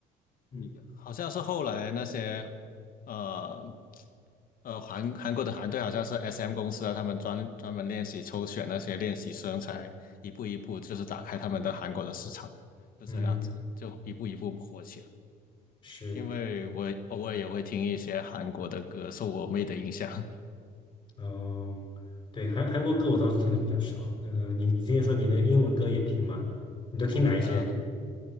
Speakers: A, on the left; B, on the left.
A: 你好像是后来那些
B: 嗯
A: 呃呃韩韩国的团队好像是 SM 公司啊，他们专专门练习抽选那些练习生，才一步一步就是打开他们的韩国的市场，就这样子，
B: 嗯，
A: 就一步一步火起来。
B: 是，
A: 因为我偶尔也会听一些韩国的歌，受我妹的影响。<laughs>
B: 嗯，对，韩韩国歌我倒是听的比较少。那个你之前说你那个英文歌也听嘛？你都听哪一些？
A: 对啊。